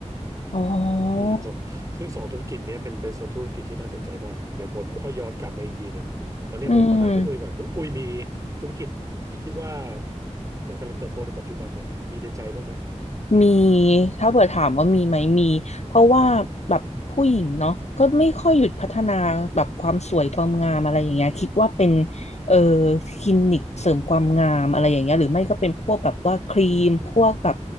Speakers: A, on the left (about 65°); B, on the right (about 25°).
A: อ๋อ
B: อืมสองซึ่งสองธุรกิจเนี้ยเป็นเป็นสองธุรกิจที่น่าสนใจมากเดี๋ยวผมค่อยย้อนกลับมาอีกทีหนึ่งตอนนี้ผมขอถามคุณอุ้ยก่อนคุณอุ้ยมี
A: อืม
B: ธุรกิจที่คิดว่ามันกำลังเติบโตในปัจจุบันเนี่ยมีในใจบ้างไหม
A: มีถ้าเผื่อถามว่ามีไหมมีเพราะว่าแบบผู้หญิงเนาะก็ไม่ค่อยหยุดพัฒนาแบบความสวยความงามอะไรอย่างเงี้ยคิดว่าเป็นเอ่อคลินิกเสริมความงามอะไรอย่างเงี้ยหรือไม่ก็เป็นพวกแบบว่าครีมพวกแบบ
B: อืม